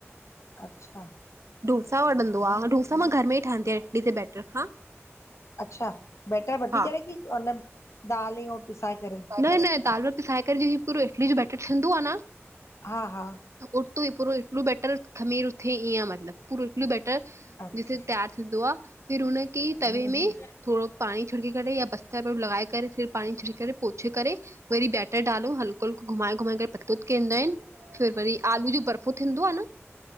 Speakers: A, on the left; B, on the right.
A: अच्छा।
B: डोसा वणंदो आ, डोसा मां घर में ई ठहंदी आहियां इडली जे बैटर खां।
A: अच्छा बैटर वठी
B: हा।
A: करे की हुन दाल ऐं पिसाए करे?
B: न न दाल वट पिसाए करे जी पूरो इडली जो बैटर थींदो आ न
A: हा हा।
B: उतो ई पूरो इटलो बेटर खमीर उथे ईयं आ मतिलब पूरो इढली जो बैटर
A: अच्छा
B: जिते तयारु थींदो आ फिर हुनखे तवे
A: हम्म हम्म,
B: में थोड़ो पाणी छुड़की करे या बसर पो लॻाए करे फिर पाणी छिड़की करे पुछे करे वरी बैटर डालो हलको हलको घुमाए घुमाए करे पतलो कईंदा आहिनि, फिर वरी आलू जो बर्फ़ो थींदो आ न